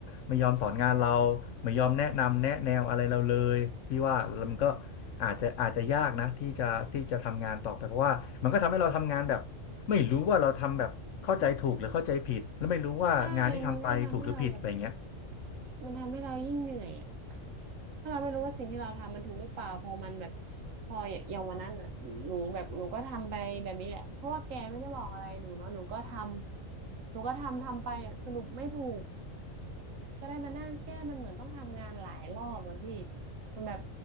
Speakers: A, on the left; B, on the right.
A: ไม่ยอมสอนงานเราไม่ยอมแนะนำแนะแนวอะไรเราเลยที่ว่ามันก็อาจจะอาจจะยากนะที่จะที่จะทำงานต่อไปเพราะว่ามันก็ทำให้เราทำงานแบบ ไม่รู้ว่าเราทำแบบเข้าใจถูกหรือเข้าใจผิดแล้วไม่รู้ว่างานที่ทำไปถูกหรือผิดอะไรเงี้ย
B: ใช่ มันก็ทำให้เราแบบมันทำให้เรายิ่งเหนื่อยอะ ถ้าเราไม่รู้ว่าสิ่งที่เราทำมันถูกหรือเปล่าพอมันแบบพออย่างวันนั้นอ่ะหนูแบบหนูก็ทำไปแบบนี้แหละเพราะว่าแกไม่ได้บอกอะไรหนูเนาะหนูก็ทำหนูก็ทำทำไปอะสรุปไม่ถูกก็ได้มานั่งแก้มันเหมือนต้องทำงานหลายรอบอะพี่มันแบบ